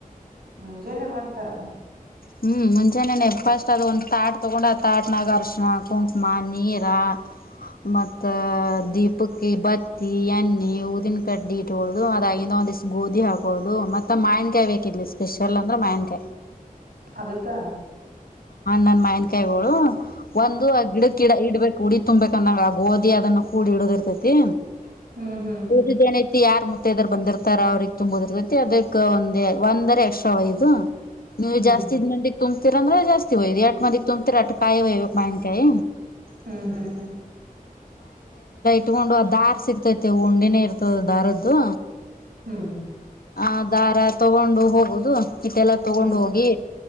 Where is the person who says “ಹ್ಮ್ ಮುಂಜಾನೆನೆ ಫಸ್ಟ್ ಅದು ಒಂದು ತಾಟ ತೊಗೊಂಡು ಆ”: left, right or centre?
Left